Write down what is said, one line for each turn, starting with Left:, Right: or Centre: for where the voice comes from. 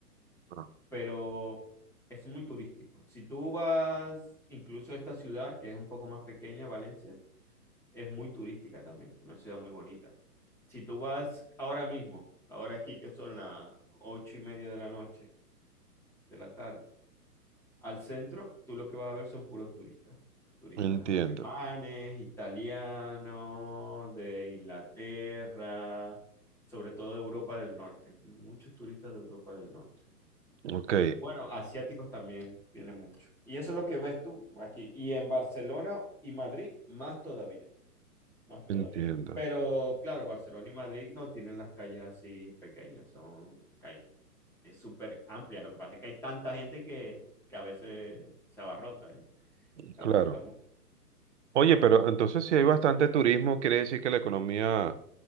Right: Ah,
Centre: pero es muy turístico. Si tú vas incluso a esta ciudad, que es un poco más pequeña, Valencia, es muy turística también, una ciudad muy bonita. Si tú vas ahora mismo, ahora aquí que son las ocho y media de la noche, de la tarde, Al centro, tú lo que vas a ver son puros turistas. Puros turistas
Right: Entiendo,
Centre: alemanes, italianos, de Inglaterra, sobre todo de Europa del Norte. Muchos turistas de Europa del Norte.
Right: ok,
Centre: Y bueno, asiáticos también viene mucho. Y eso es lo que ves tú aquí. Y en Barcelona y Madrid, más todavía, más todavía.
Right: entiendo.
Centre: Pero claro, Barcelona y Madrid no tienen las calles así pequeñas, son calles es súper amplia. Lo que pasa es que hay tanta gente que, que a veces se abarrota, ¿eh? Se
Right: Claro.
Centre: abarrota mucho.
Right: Oye,
Centre: So-
Right: pero entonces si
Centre: Sí.
Right: hay bastante turismo, quiere decir que la economía